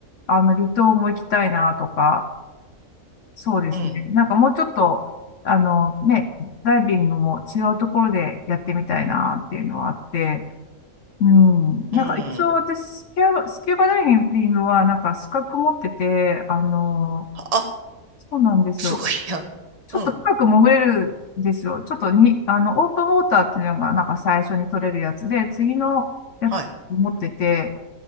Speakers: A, on the left; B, on the right.
A: あの、離島も行きたいなとか、そうですね。
B: うん、
A: なんかもうちょっと、あの、ね、ダイビングも違うところでやってみたいなっていうのはあって、うん。なんか一応私、
B: うん。
A: スキューバ、スキューバダイビングはなんか資格持ってて、あのー
B: あ、
A: そうなんですよ。
B: すごいやん。
A: ちょっと深く潜れるんですよ。
B: うん、
A: ちょっとに、あの、オープンウォーターっていうのがなんか最初に取れるやつで、次のやつ持ってて、
B: はい、